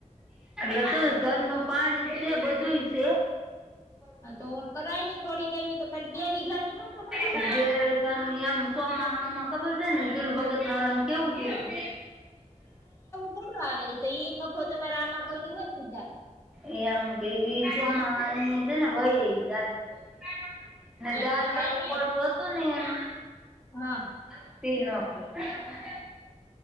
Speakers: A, in the centre; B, on the left.
A: એટલે તું ઘરનું પાણી જ છે બધું છે.
B: હા, તો કરાઈ નહી થોડીક એવી તો ખાલી બે વીઘા ની <unintelligible>
A: જે એમ સોમાહમાં ખબર છે ને દિલ ભગત ના વા કેવું કીધું.
B: થડું આવે તો ઈ નફો તમે આમા મલયું હોય
A: એ આમ કે ચોમાસા ની છે ને વયી જાય. ને
B: એમ
A: જાર
B: ન
A: વારું
B: જાય ને
A: પડું હતું ઈ એનું.
B: હા.
A: <unintelligible>